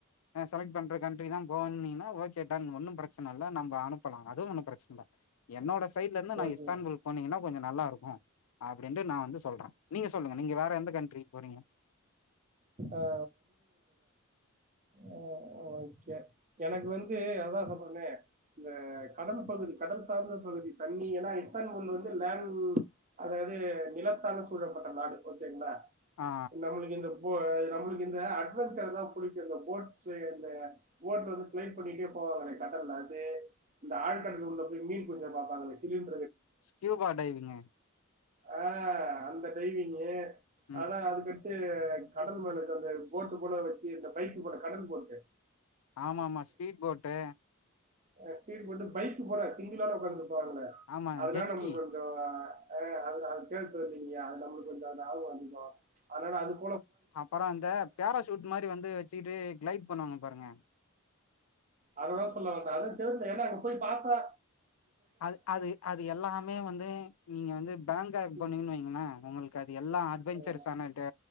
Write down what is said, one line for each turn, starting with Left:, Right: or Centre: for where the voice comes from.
Left: நா செலக்ட் பண்ற கண்ட்ரி தா போனு இன்னிங்க ஒகே டன் ஒன்னு பிரச்சன இல்ல நம்ம அனுப்பலா அதுவு ஒன்னு பிரச்சன இல்ல என்னோட சைட்ல இருந்து நா
Right: ஓகே
Left: இஸ்தான்புல் போனிங்கன்னாவ் கொஞ்ச நல்லா இருக்கு அப்டின்டு நா வந்து சொல்றே நீங்க சொல்லுங்க நீங்க வேற எந்த கண்ட்ரி போறீங்க
Right: ஆஹ் அஹ் ஓகே எனக்கு வந்து அதா சொல்றேனே இந்த கடல் பகுதி கடல் சார்ந்த பகுதி தண்ணி ஏன்னா இஸ்தான்புல்ல வந்து லேன் அதாவது நிலத்தால சூழப்பட்ட நாடு ஓகேங்களா
Left: ஆ
Right: நம்மளுக்கு இந்த போ அது நம்மளுக்கு இந்த அட்வென்சர் தா புடிக்கு இந்த போட்ஸ்ஸு இந்த போர்டு வந்து ப்ளைட் பண்ணிட்டே போவாங்களே கடல்ல அது இந்த ஆழ்கடல் உள்ள மீன்புடிக்க பாப்பாங்களே திமிங்
Left: ஸ்கியூபா டைவிங்கு
Right: ஆஹ் அந்த டைவிங்கு
Left: ம்
Right: அதா அதுக் கு கடல் மேல அந்த போட்டு போல வச்சு இந்த பைக்கு போட கடல் போட்டு
Left: ஆமா ஆமா ஸ்பீட் போட்டு
Right: அ ஸ்பீட்டு போட்டு பைக்கு போல சிங்கிளா ஆள் உக்காந்து போவாங்கள
Left: ஆமா
Right: அதனால
Left: ஜெட்ஸ்கி
Right: நமக்கு கொஞ்சொ அஹ் அத அது கேட்கறதீங்கயா அது நம்மளுக்கு கொஞ்சொ அந்த ஆர்வொ அதிகொ ஆனாலு அதுக்
Left: அப்பற அந்த பேராசஷூட் மாரி வந்து வெச்சுக்குட்டு கிளைப் பண்ணுவாங்க பாருங்க
Right: அததா சொல்ல வந்தே அதா தெரிதே ஏன்னா அங்க போய் பாத்தா
Left: அது அது அது எல்லாமே வந்து இ நீங்க வந்து பேங்க் ஆக்
Right: ம்,
Left: போனீங்கன்னு வைங்களே உங்களுக் அ எல்லா அட்வெஞ்சர்ஸ்
Right: அஹ்,
Left: செமட்டு